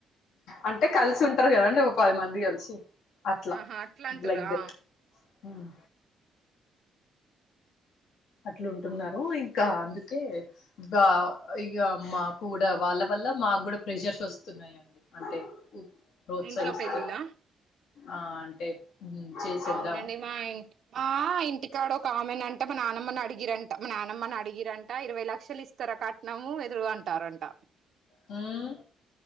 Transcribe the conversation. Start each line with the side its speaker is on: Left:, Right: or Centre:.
Left: అంటే కలిసి ఉంటారు కదండి ఒక పది మంది కలిసి అట్లా
Right: ఆహా అట్లా అంటురా
Left: లైక్ దట్ హుమ్ అట్లుంటున్నారు ఇంకా అందుకే ఇగ ఇక మా కూడా వాళ్ళ బత్ వల్ల మాకు కూడా ప్రెషర్స్ వస్తున్నాయండి అంటే ప్రోత్సహిస్తూ
Right: ఇంట్లో పెళ్ళిలా
Left: ఆ అంటే చేసేద్దాం
Right: అవునండి మా ఇన్ మా ఇంటికాడ ఒక ఆమెని అంటే మా నానమ్మని అడిగి అడిగిరంట మా నానమ్మని అడిగిరంట ఇరవై లక్షలు ఇస్తారా కట్నము ఎదురుగ అంటారంట
Left: హుమ్